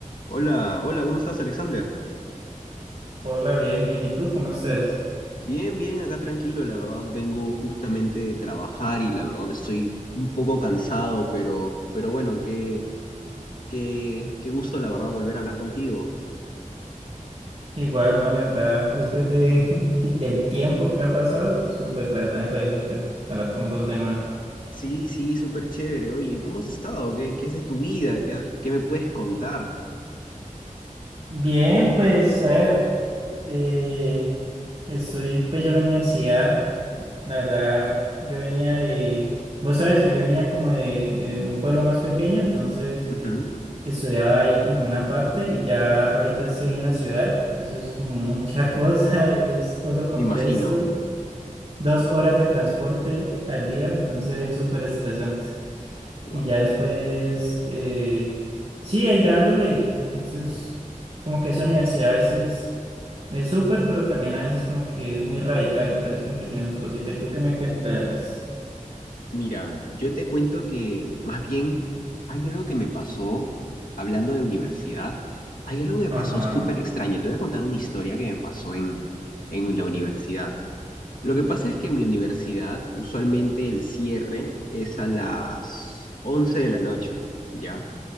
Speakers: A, on the left; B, on the right.
A: Hola, hola, ¿cómo estás, Alexander?
B: Hola, bien, bien. ¿Y tú cómo estás?
A: Bien, bien, acá tranquilo, la verdad vengo justamente de trabajar y la verdad estoy un poco cansado, pero, pero bueno, qué, qué, qué gusto, la verdad, volver a hablar contigo.
B: Igual, no, la verdad, después de, <laughs> del tiempo que ha pasado, súper, la verdad me parece súper hablar con vos de nuevo.
A: Sí, sí, súper chévere. Oye, ¿cómo has estado? ¿Qué, qué es de tu vida? ¿Qué, qué me puedes contar?
B: Bien, pues, a ver, eh, estoy pues ya en la universidad, la verdad, yo venía de, vos sabes que yo venía como de, de un pueblo más pequeño, entonces
A: Ujú,
B: estudiaba ahí como una parte y ya ahorita estoy en la ciudad, entonces como mucha <laughs> cosa, es otro contexto.
A: Me imagino.
B: dos horas de transporte al día, entonces es súper estresante.
A: Wow.
B: Y ya después, eh, sí, ahí dándole. Entonces, como que esa universidad a veces es súper, pero también a veces como que es muy radical, entonces como que tiene sus cositas. ¿Y tú qué me cuentas?
A: Mira, yo te cuento que más bien hay algo que me pasó, hablando de universidad, hay algo que me
B: Ajá,
A: pasó súper extraño. Te voy a contar una historia que me pasó en, en la universidad. Lo que pasa es que en mi universidad usualmente el cierre es a las 11 de la noche, ¿ya?